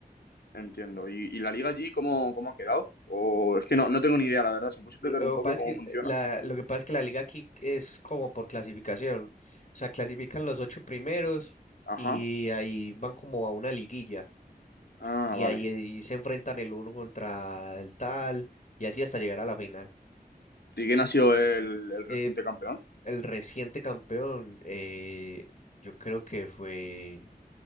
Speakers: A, on the left; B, on the left.
A: Entiendo. ¿Y, y la liga allí cómo, cómo ha quedado? O es que no, no tengo ni idea, la verdad. Si me puedes explicar
B: Lo
A: un poco
B: que pasa es
A: cómo
B: que
A: funciona.
B: eh, la, lo que pasa es que la liga aquí es como por clasificación. O sea, clasifican los ocho primeros
A: Ajá.
B: y ahí van como a una liguilla.
A: Ah,
B: Y
A: vale.
B: ahí, ahí se enfrentan el uno contra el tal y así hasta llegar a la final.
A: ¿Y quién ha sido el, el reciente
B: Eh,
A: campeón?
B: el reciente campeón, eh, yo creo que fue...